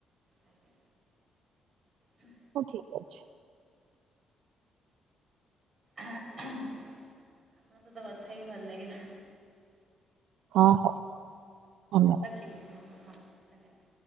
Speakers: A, on the right; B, on the right.
A: ଆଜ୍ଞା। ହୁଁ।
B: ହୋଉ ଠିକ୍ ଅଛି।
A: ହେଁ ହେଁ ଆପଣଙ୍କ ସହିତ କଥା ହେଇକି ଭଲ ଲାଗିଲା।
B: ହଁ ହୋ ହ <unintelligible>
A: ରଖିଲି ହଁ ହଁ ଧନ୍ୟବାଦ।